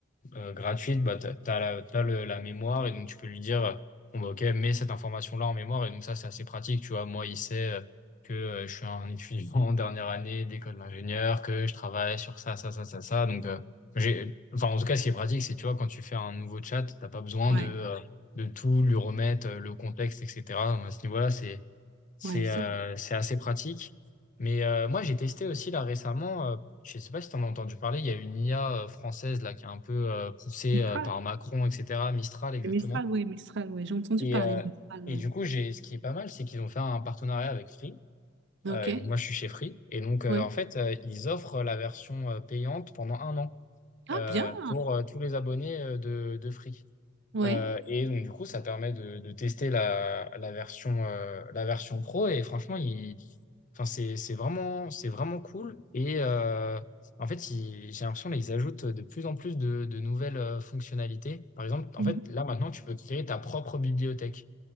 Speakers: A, on the left (about 40°); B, on the right (about 60°).
A: euh, gratuite, bah, t'as, t'as la, t'as le- la mémoire et donc tu peux lui dire, euh, bon, bah, ok, mets cette information-là en mémoire et donc ça, c'est assez pratique, tu vois. Moi, il sait euh, que euh, je suis un étudiant en dernière année d'école d'ingénieur, que je travaille sur ça, ça, ça, ça, ça. Donc, euh, j'ai, enfin, en tout cas, ce qui est pratique, c'est, tu vois, quand tu fais un nouveau chat, t'as pas besoin
B: ouais,
A: de, euh, de tout lui remettre, euh, le contexte, etc. Donc, à ce niveau-là, c'est, c'est
B: ouais, ça.
A: euh, c'est assez pratique. Mais euh, moi, j'ai testé aussi là récemment, euh, je ne sais pas si tu en as entendu parler, il y a une IA euh, française là qui est un peu euh, poussée
B: Mistral.
A: euh, par Macron, etc., Mistral exactement.
B: C'est Mistral, oui, Mistral, oui. J'ai entendu
A: Et,
B: parler
A: euh,
B: de Mistral,
A: et
B: oui.
A: du coup, j'ai, ce qui est pas mal, c'est qu'ils ont fait un partenariat avec Free.
B: Ok,
A: Euh, et donc moi, je suis chez Free. Et donc, euh,
B: ouais.
A: en fait, euh, ils offrent la version euh, payante pendant un an
B: Ah,
A: euh,
B: bien.
A: pour euh, tous les abonnés euh, de, de Free.
B: Ouais.
A: Euh, et donc, du coup, ça permet de, de tester la, la version, euh, la version pro. Et franchement, ils Enfin, c'est, c'est vraiment, c'est vraiment cool. Et euh, en fait, ils- j'ai l'impression qu'ils ajoutent de plus en plus de, de nouvelles euh, fonctionnalités. Par exemple, en
B: Mhm.
A: fait, là maintenant, tu peux créer ta propre bibliothèque.